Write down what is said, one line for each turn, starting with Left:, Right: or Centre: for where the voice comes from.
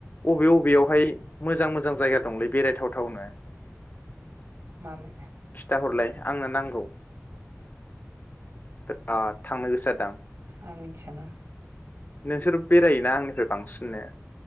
Left: अबे अबे यावहाय मोजां मोजां जायगा दंलै बेरायथावथावनो?
Right: मानो
Left: खिथाहरलाय आंनो नांगौ बिराद थांनो गोसो जा
Right: आं मोनथियाना
Left: नोंसोर बेरायोना आंनिफ्राय बांसिननो